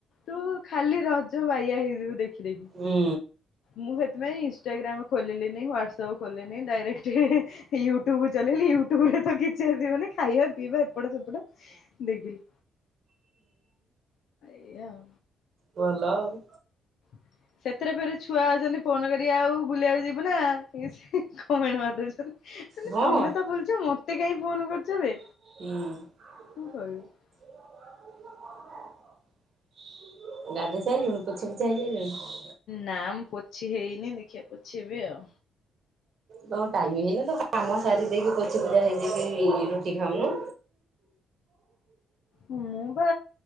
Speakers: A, on the left; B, on the right.
A: ତୁ ଖାଲି ରଜ ବାଇଆ ହେଇଯିବୁ ଦେଖିଦେଖି।
B: ହୁଁ।
A: ମୁଁ ସେଥିପାଇଁ ଇନ୍ଷ୍ଟାଗ୍ରାମ ଖୋଲିଲିନି ହ୍ୱାଟ୍ସପ ଖୋଲିନି ଡାଇରେକ୍ଟ ୟୁଟ୍ୟୁବ ଚଲେଇଲି ୟୁଟ୍ୟୁବ ରେ ତ କିଛି ଆସିବନି। ଖାଇବା ପିଇବା ଏପଟ ସେପଟ ଦେଖିଲି ଏଇଆ ଆଉ।
B: ଭଲ ଆଉ।
A: <inaudible> ସେଥିରେ ଫେରେ ଛୁଆ ଅଛନ୍ତି ଫୋନ କରି ଆଉ ବୁଲିବାକୁ ଯିବୁ ନା କମେଣ୍ଟ ମାରି ଦଉଛନ୍ତି।
B: ହଁ।
A: ତମେ ତ ବୁଲୁଛ ମତେ କାଇ ଫୋନ କରୁଛ ବେ।
B: ହୁଁ। ଗାଧେଇ
A: ମୁଁ କହିବି
B: ସାଇଲୁଣି ପଛି ପୁଛା ହେଇସାଇଲୁଣି।
A: ନାଁ ପୋଛି ହେଇନି ଦେଖିବା ପୋଛି ହେବି ଆଉ।
B: ତ ଟାଇମ୍ ହେଇନି ତ କାମ ସାରି ଦେଇକି ପୋଛିି ପୁଛା ହେଇଯାଇକି ରୁଟି ଖାଉନୁ।
A: ମୁଁ ବା